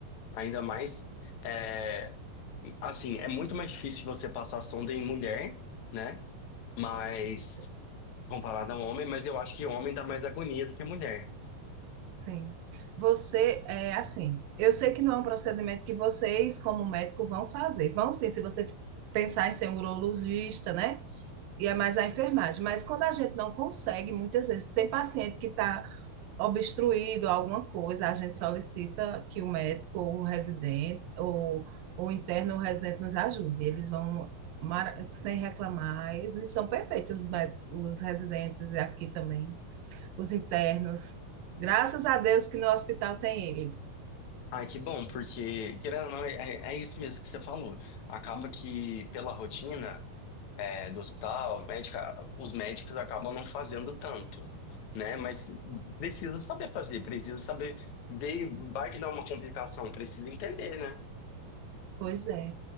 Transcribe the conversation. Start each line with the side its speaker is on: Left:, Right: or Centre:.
Left: Ainda mais, é, assim, é muito mais difícil você passar sonda em mulher, né? Mas.
Right: s-
Left: comparado a um homem, mas eu acho que o homem dá mais agonia do que a mulher.
Right: sim. Você, é assim, eu sei que não é um procedimento que vocês, como médico, vão fazer. Vão sim, se você pensar em ser um urologista, né? E é mais a enfermagem. Mas quando a gente não consegue, muitas vezes, tem paciente que está obstruído alguma coisa, a gente solicita que o médico ou o residente ou ou o interno ou o residente nos ajude. Eles vão mara- sem reclamar, eles são perfeitos, os médicos, os residentes aqui também, os internos. Graças a Deus que no hospital tem eles.
Left: Ai, que bom, porque, querendo ou não, é, é- é isso mesmo que você falou. Acaba que, pela rotina, é, do hospital, médica, os médicos acabam não fazendo tanto, né? Mas precisa saber fazer, precisa saber ver, vai que dá uma complicação, precisa entender, né?
Right: Pois é.